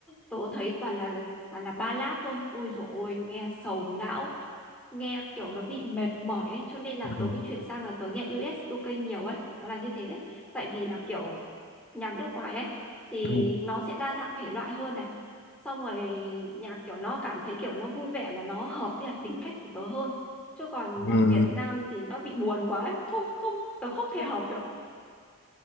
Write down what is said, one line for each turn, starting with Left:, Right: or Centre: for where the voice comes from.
Centre: tớ thấy toàn là toàn là ballad thôi ui dồi ôi nghe sầu não nghe kiểu nó bị mệt mỏi ấy cho nên là
Left: Ừ.
Centre: tớ mới chuyển sang là tớ nghe u ét u UK nhiều ấy nó là như thế đấy tại vì là kiểu nhạc nước ngoài ấy thì
Left: Ừ.
Centre: nó sẽ đa dạng thể loại hơn này xong rồi nhạc kiểu nó cảm thấy kiểu nó vui vẻ mà nó hợp với lại tính cách của tớ hơn chứ còn
Left: Ừ.
Centre: nhạc Việt Nam thì nó bị buồn quá ấy. không không tớ không thể hợp được